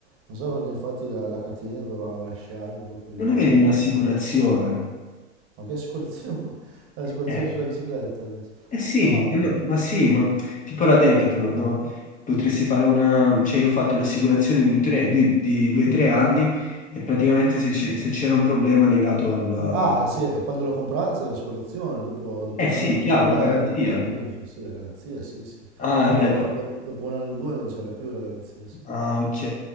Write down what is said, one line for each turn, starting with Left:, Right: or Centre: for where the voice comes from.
Right: Non so perché infatti la, la catena dovevamo lasciarmi proprio
Left: Non
Right: lì, guarda.
Left: avevi un'assicurazione?
Right: Ma che assicurazione? <laughs> L'assicurazione
Left: Eh,
Right: sulla bicicletta adesso.
Left: eh sì,
Right: No, no.
Left: no, ma sì, ma tipo la Decathlon, no? Potresti fare una... cioè io ho fatto un'assicurazione di tre- di- di due o tre anni e praticamente se c'è- se c'era un problema legato al...
Right: Ah, sì, quando l'ho comprata c'è l'assicurazione, dopo, dopo
Left: Eh
Right: un
Left: sì,
Right: anno
Left: chiaro,
Right: o due,
Left: la garanzia.
Right: dopo finisce, sì, la garanzia, sì, sì. sì.
Left: Ah,
Right: Ma dopo,
Left: ecco.
Right: dopo- dopo un anno o due non c'era più la garanzia, sì.
Left: Ah, ok,